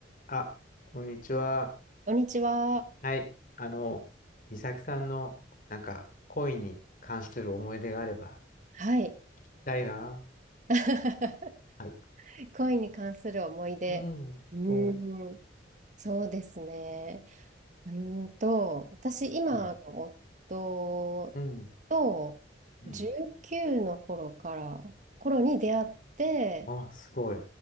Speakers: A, on the left; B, on the right.
A: あ、こんにちは。
B: こんにちは。
A: はい。あの、美咲さんの、なんか、恋に関する思い出があれば、
B: はい。
A: 聞きたいな。
B: <laughs>
A: はい。
B: 恋に関する思い出。
A: うん、
B: うーん、
A: そう。
B: そうですね。うーんと、私、今の
A: うん、
B: 夫と19の頃から、
A: うん、うん。
B: 頃に出会って、
A: あ、すごい。